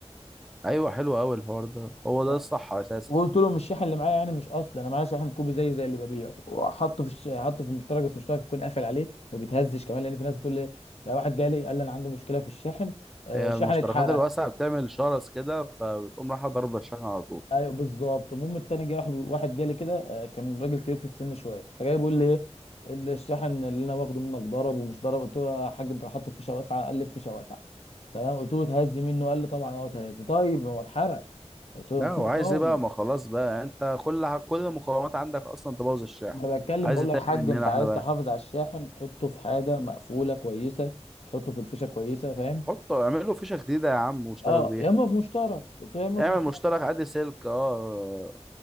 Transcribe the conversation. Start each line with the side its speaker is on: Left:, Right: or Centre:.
Centre: ايوه حلو قوي الحوار ده هو ده
Left: اه
Centre: الصح اساسا
Left: وقلت له مش الشاحن اللي معايا يعني مش اصلي انا معايا شاحن كوبي زي زي اللي ببيعه وحطه في الش... حطه في المشترك بس المشترك يكون قافل عليه ما بيتهزش كمان لان في ناس بتقول لي لا واحد جالي قال لي انا عندي مشكله في الشاحن آه
Centre: هي
Left: الشاحن
Centre: المشتركات
Left: اتحرق
Centre: الواسعه بتعمل شرس كده فبتقوم رايحه ضربه الشحن على طول
Left: ايوه بالظبط المهم التاني جه راح واحد جالي كده آه، كان راجل كبير في السن شويه فجاي بيقول لي ايه الشاحن اللي انا واخده منك ضرب ومش ضرب قلت له يا حاج انت حاطه في فيشه واسعه قال لي في فيشه واسعه تمام قلت له اتهز منه قال لي طبعا اه اتهز طيب ما هو اتحرق قلت له
Centre: لا
Left: في
Centre: وعايز
Left: مقاومه
Centre: ايه بقى ما خلاص بقى انت كل ح- كل المقومات عندك اصلا تبوظ الشحن
Left: انا بتكلم
Centre: عايز
Left: بقول
Centre: إيه
Left: له
Centre: تاني
Left: يا حاج
Centre: مننا
Left: انت عايز
Centre: احنا بقى
Left: تحافظ على الشاحن حطه في حاجه مقفوله كويسه حطه في الفيشه كويسه فاهم
Centre: حطه اعمل له فيشه جديده يا عم واشتغل
Left: اه
Centre: بيها
Left: يا اما في مشترك قلت له يا اما
Centre: اعمل
Left: في مشترك
Centre: مشترك عادي سلك اه